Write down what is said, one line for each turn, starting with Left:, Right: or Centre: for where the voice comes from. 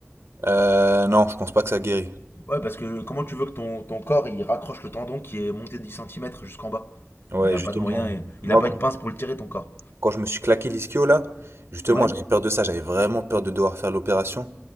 Right: Euh, non, je pense pas que ça guérit.
Left: Ouais, parce que comment tu veux que ton, ton corps, il raccroche le tendon qui est monté de 10 centimètres jusqu'en bas
Right: Ouais,
Left: Il a
Right: justement,
Left: pas de moyen, et-
Right: moi,
Left: il a pas
Right: quand,
Left: une pince pour le tirer, ton corps.
Right: quand je me suis claqué l'ischio là, justement,
Left: Ouais
Right: j'avais peur de ça, j'avais vraiment peur de devoir faire l'opération.